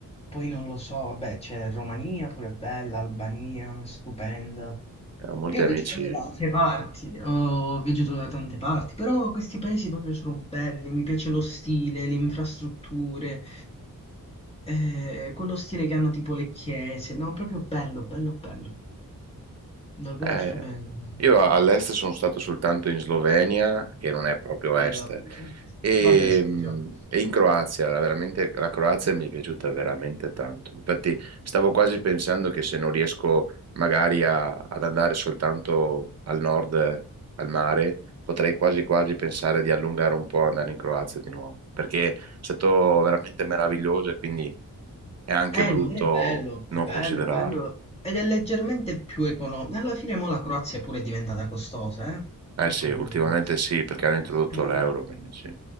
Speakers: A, on the left; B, on the right.
A: poi non lo so, vabbè, c'è Romania pure bella, Albania, stupenda.
B: Eh, ho molti
A: Io
B: amici
A: vegeto anche da altre parti, ho vegeto da tante parti, però questi paesi proprio sono belli, mi piace lo stile, le infrastrutture, eh, quello stile che hanno tipo le chiese, no, proprio bello, bello, bello, davvero
B: Eh,
A: stupendo,
B: io a- all'est sono stato soltanto in Slovenia, che non è proprio
A: bella
B: est,
A: pure.
B: e,
A: Vabbè, sì,
B: mm,
A: diciamo.
B: e in Croazia. La, veramente, la Croazia mi è piaciuta veramente tanto. Infatti, stavo quasi pensando che se non riesco magari a- ad andare soltanto al nord, eh, al mare, potrei quasi quasi pensare di allungare un po' e andare in Croazia di nuovo, perché è stato veramente meraviglioso e quindi è anche
A: Eh,
B: brutto
A: il mare è bello, è
B: non
A: bello,
B: considerarlo.
A: è bello, ed è leggermente più economico. Alla fine mo la Croazia pure è diventata costosa, eh?
B: Eh sì,
A: Comunque.
B: ultimamente sì, perché hanno introdotto
A: Eh,
B: l'euro, quindi sì.